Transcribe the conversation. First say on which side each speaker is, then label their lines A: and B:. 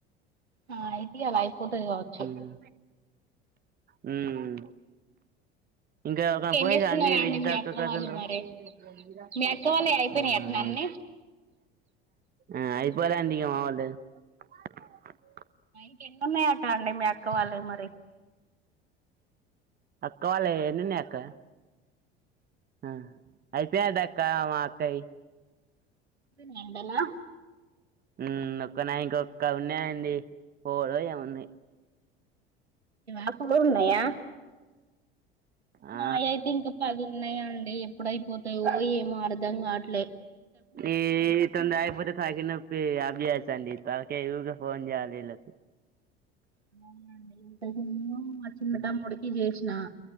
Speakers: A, on the right (about 80°); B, on the right (about 30°).
A: ఆ అయితే ఇయాల అయిపోతది కావచ్చు
B: హ్మ్ హ్మ్ ఇంకా ఒక
A: ఇంకేం
B: <unintelligible>
A: చేస్తున్నారండి
B: అండి విజితా
A: మీ
B: అక్క <unintelligible>
A: వాళ్ళు మరి మీ అక్క వాళ్ళయి అయిపోయినాయి అట్నా అన్ని
B: ఆ అయిపోతాంది ఇగ మా <unintelligible>
A: ఇంక ఎన్ని ఉన్నాయ్ అట అండి మీ అక్క వాళ్ళవి మరి
B: అక్క వాళ్ళ వి ఏనున్నాయ్ అక్క అ అయిపోయదక్క మా అక్కది
A: ఎంతలా
B: హ్మ్ ఒక్క నా ఇంకొక్క ఉన్నాయండి ఫోర్ ఓ ఏమో ఉన్నాయ్
A: అక్కవు కూడా ఉన్నాయా
B: ఆ
A: నాయి అయితే ఇంకా పదిన్నాయండి ఎప్పుడయిపోతాయో ఏమో అర్ధం కాట్లే
B: ఏ ఇతన్ది ఆయిపోతే <unintelligible> భి అప్చేస్థాంది ఈ తలకాయ్ ఉకే ఫోన్ చేయాల వీళ్లకు
A: ఆ <unintelligible> చిన్న తమ్ముడికి చేసిన